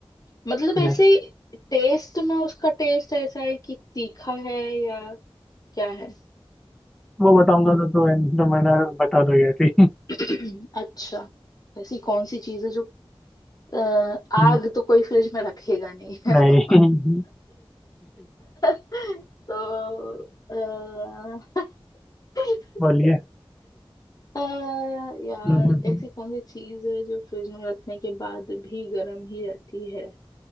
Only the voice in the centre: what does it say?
यस
वो बताऊंगा तो तो, तो मैं ना बता दोगे ऐसे ही।
हम्म,
<laughs>
नहीं
बोलिए
हम्म, हम्म,
हम्म,